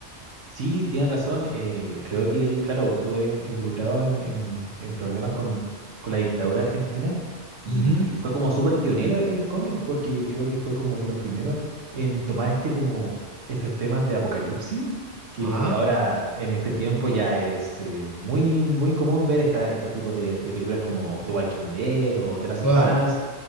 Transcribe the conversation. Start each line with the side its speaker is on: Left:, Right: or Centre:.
Right: Sí, tienen razón. El, creo que él, claro, estuve involucrado en, en- en problemas con, con la dictadura argentina y,
Left: Ujú.
Right: y fue como súper pionero el cómic, porque creo que fue como de los primeros en tomar este como estos temas de apocalipsis, que
Left: Ajá,
Right: ahora en este tiempo ya es eh, muy, muy común ver esta, estos tipos de, de películas como The Walking Dead o The Last
Left: claro.
Right: of Us,